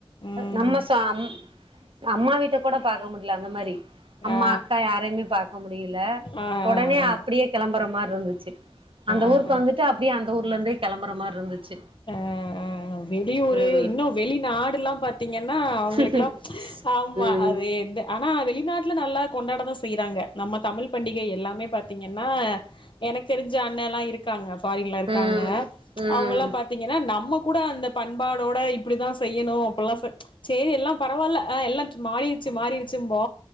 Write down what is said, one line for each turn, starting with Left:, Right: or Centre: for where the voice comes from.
Left: ம்
Right: நம்ம சொ அம் அம்மா வீட்ட கூட பாக்க முடில அந்த மாரி அம்மா
Left: ஆ
Right: அக்கா யாரையுமே பாக்க முடியில
Left: ஆ ஆ
Right: ஒடனே
Left: ஆ
Right: அப்டியே கெளம்புற மாரி இந்துச்சு அந்த
Left: ஆ
Right: ஊருக்கு
Left: ஆ ஆ
Right: வந்துட்டு அப்டியே அந்த ஊர்லருந்தே கெளம்புற மாரி இருந்துச்சு
Left: ஆ வெளியூரு
Right: ம்
Left: இன்னு வெளிநாடுல்லா பாத் திங்கன்னா அவங்களுக்லாம்
Right: ம்
Left: ஆமா
Right: ம்
Left: அது ஆனா வெளிநாட்டுல நல்லா கொண்டாடதா செய்றாங்க நம்ம தமிழ் பண்டிகை எல்லாமே பாத்தீங்கன்னா எனக்கு தெரிஞ்ச அண்ணன்லா இருக்காங்க ஃபாரின்ல இருக்காங்க
Right: ம் ம்
Left: அவங்கல்லாம் பாத்தீங்கன்னா நம்ம கூட அந்த பண்பாடோட இப்டிதா செய்யனு அப்டிலா ச சேரி எல்லா பரவால்ல ஆ எல்லா மாறிருச்சு மாறிருச்சும்போ